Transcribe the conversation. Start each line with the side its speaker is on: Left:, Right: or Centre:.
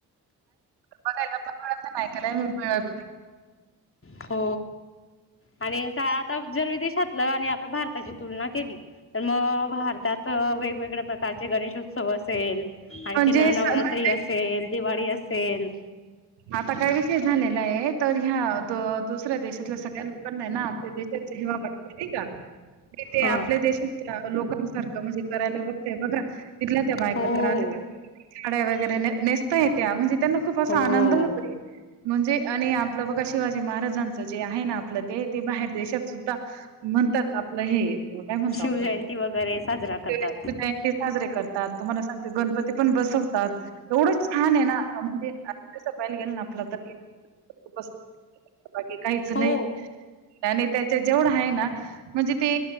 Right: बघायला पण मिळत नाही आण ऐकायला बी मिळत नाही.
Left: हो, आणि का आता जर विदेशातलं आणि आपल्या भारताची तुलना केली तर मग भारतात वेगवेगळ्या प्रकारचे गणेशोत्सव असेल. आणखी
Right: म्हणजे
Left: नवरात्री
Right: सण म्हणजे
Left: असेल, दिवाळी असेल.
Right: आता काय विषय झालेला आहे तर ह्या दुसऱ्या देशातल्या सगळ्या लोकांना ना आपल्या देशाचा हेवा वाटतं नाही का. की ते
Left: हा
Right: आपल्या देशात लोक सारखं म्हणजे करायला बघतय बघा तिथल्या त्या बायका
Left: हो
Right: जर आल्या साड्या वगैरे नेसता येत्या म्हणजे त्यांना खूप असा
Left: हो
Right: आनंद होतोय. म्हणजे आणि आपलं बघा शिवाजी महाराजांचं जे आहे ना आपलं ते ते बाहेर देशात सुद्धा म्हणतात. आपलं हे काय म्हणतो
Left: शिवजयंती
Right: आपण
Left: वगैरे साजरा करतात
Right: जयंती साजरे करतात तुम्हाला सांगते गण- -पती ते पण बसवतात एवढं छान आहे ना म्हणजे तस पहायला गेल ना आपलं तरप बाकी काहीच
Left: हो
Right: नाही. आणि त्याच्या जेवढ आहे ना म्हणजे ते